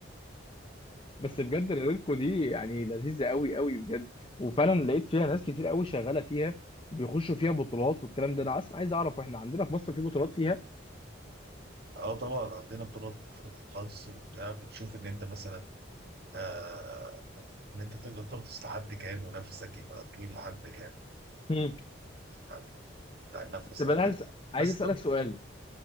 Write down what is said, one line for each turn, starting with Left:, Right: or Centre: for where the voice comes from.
Left: بس بجد ريلتكو دي يعني لذيذه قوي قوي بجد وفعلا لقيت فيها ناس كتير قوي شغاله فيها بيخشوا فيها بطولات والكلام ده انا اصلا عايز اعرف احنا عندنا في مصر في بطولات فيها
Right: اه طبعا عندنا بطولات في الغطس وبتاع بتشوف ان انت مثلا آه، ان انت تقدر تغطس لحد كام ونفسك يبقى طويل لحد كام
Left: مم.
Right: عارف، بتاع النفس
Left: طب
Right: عندك
Left: انا عايز عايز
Right: بس
Left: اسالك
Right: طب
Left: سؤال